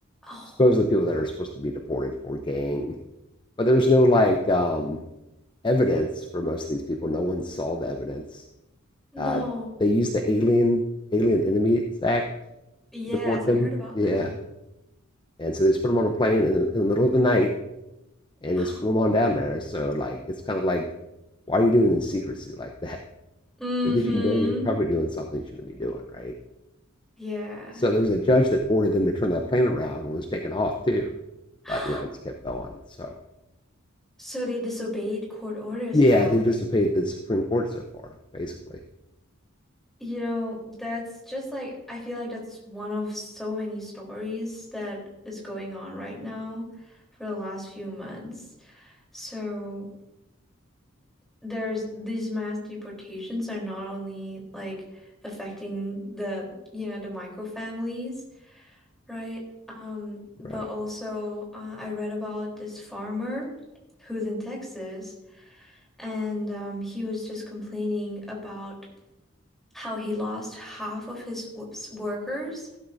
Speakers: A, in the centre; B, on the left.
A: Oh,
B: Supposedly people that are supposed to be deported for gang. But there was no like um evidence for most of these people. No one saw the evidence.
A: no.
B: Uh they used the alien alien enemies act
A: Yes,
B: to deport them.
A: I heard about
B: Yeah.
A: that.
B: And so they just put them on a plane in the, in the middle of the night and
A: Wow.
B: just flew them on down there. So like it's kind of like why are you doing it in secrecy like that?
A: Mm-hmm.
B: That means you know you're probably doing something you shouldn't be doing, right?
A: Yeah.
B: So there was a judge that ordered them to turn that plane around and was taken off too.
A: <gasps>
B: But you know, it just kept going. So
A: So they disobeyed court orders
B: yeah,
A: as well.
B: they've disobeyed the Supreme Court so far, basically.
A: You know, that's just like, I feel like that's one of so many stories that is going on right now for the last few months. So there's these mass deportations are not only like affecting the, you know, the micro families, right? Um, but
B: Right.
A: also uh, I read about this farmer who's in Texas and um, he was just complaining about how he lost half of his wo- workers